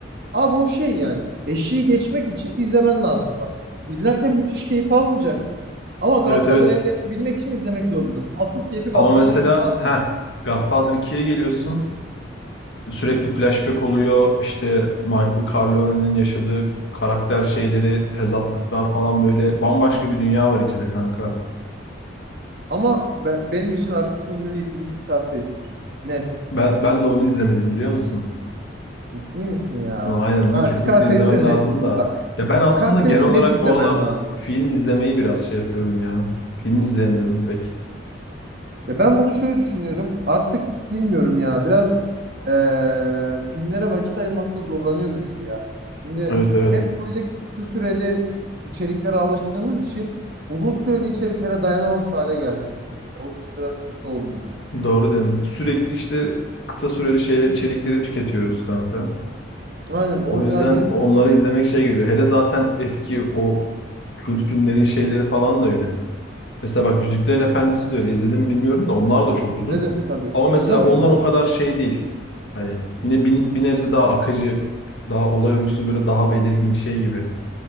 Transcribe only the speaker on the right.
abi o şey yani. Eşiği geçmek için izlemen lazım bak. İzlerken müthiş keyif almayacaksın. Ama Godfather
evrenini bilmek için izlemek zorundasın. Asıl keyfi Godfather
2'de alacaksın.
Ama be- benim için Artuç'un en iyi filmi Scarface'tir. Net.
Ciddi misin ya?
Ha,
Scarface'i
de
net.
Bak,
Scarface'i
net izlemen
lazım.
Ya ben bunu şöyle düşünüyorum. Artık bilmiyorum ya. Biraz eee, filmlere vakit ayırmakta zorlanıyoruz gibi ya. Şimdi
hep böyle kısa süreli içeriklere alıştığımız için uzun süreli içeriklere dayanamaz hale geldik. O da biraz kötü oldu.
Aynen
o
ya YouTube
izledim tabii.
Tabii
canım